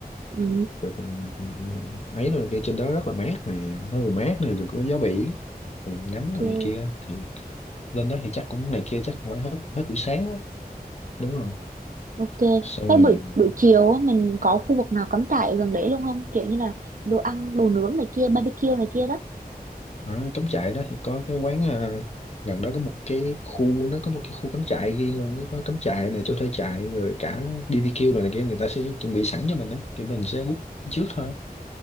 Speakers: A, on the right; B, on the left.
A: ừ,
B: Rồi mình mình ấy rồi kia trên đó rất là mát nè, nó vừa mát này vừa có gió biển, mình ngắm rồi
A: chưa.
B: này kia thì lên đó thì chắc cũng này kia chắc phải hết hết buổi sáng á. đúng rồi
A: Ok,
B: xong
A: cái
B: rồi
A: buổi buổi chiều á, mình có khu vực nào cắm trại gần đấy luôn không? Kiểu như là đồ ăn, đồ nướng này kia, barbecue này kia đó.
B: ở cắm trại đó thì có cái quán à, gần đó có một cái khu nó có một cái khu cắm trại riêng luôn nó có cắm trại này chỗ thuê trại rồi cả BBQ rồi này kia người ta sẽ chuẩn bị sẵn cho mình đó thì mình sẽ book trước thôi